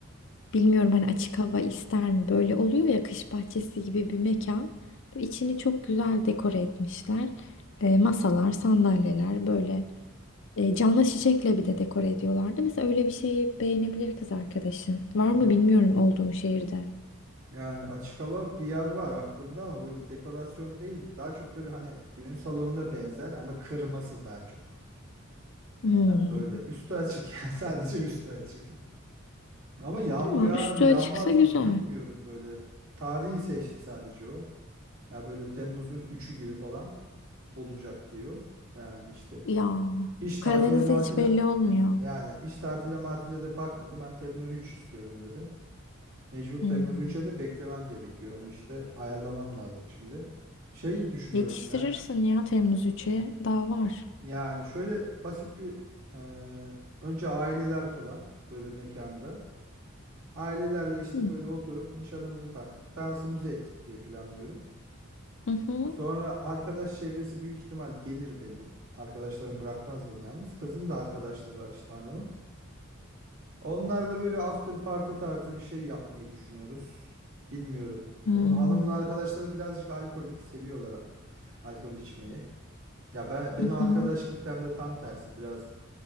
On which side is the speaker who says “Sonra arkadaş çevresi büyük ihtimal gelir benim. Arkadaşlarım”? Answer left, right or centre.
Right